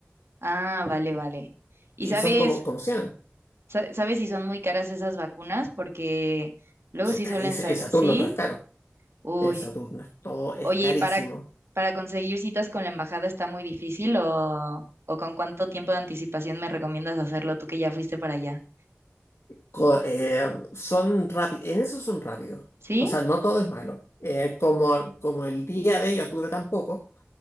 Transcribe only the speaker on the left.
Y
son como, como sean
Son
carísimos.
En Saturno
todo es caro.
En Saturno es- todo es
carísimo.
Co- eh, son rápidos. En eso son rápidos.
O sea, no todo es malo. Eh, como, como el día de ellos dura tan poco.